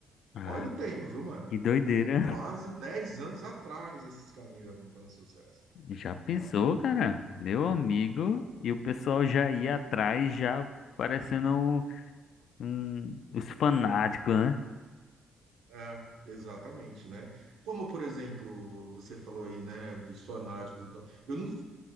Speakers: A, on the left; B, on the right.
A: Ah,
B: Olha o tempo, viu, mano?
A: que doideira.
B: Um, quase 10 anos atrás esses carinhas já estão fazendo sucesso,
A: <laughs> Já pensou,
B: né?
A: cara? Meu amigo,
B: É,
A: e o pessoal já ia atrás, já parecendo um, os fanáticos, né?
B: é, exatamente, né? Como, por exemplo, você falou aí, né, dos fanáticos e tal. Eu nunca fiz